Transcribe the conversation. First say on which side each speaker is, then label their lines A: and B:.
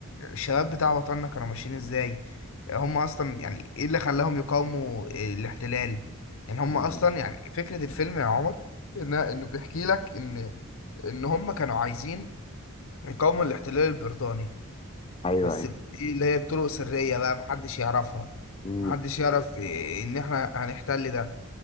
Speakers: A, on the left; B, on the left.
A: الشباب بتاع وطننا كانوا ماشيين ازاي هم اصلا يعني ايه اللي خلاهم يقاوموا آه، الاحتلال يعني هم
B: مم.
A: اصلا يعني فكرة الفيلم يا عمر إن- انه بيحكي لك ان ان هم كانوا عايزين يقاوموا الاحتلال البريطاني
B: ايوه
A: بس دي اللي هي بطرق سرية بقى محدش يعرفها
B: مم.
A: محدش يعرف إيه ان احنا هنحتل ده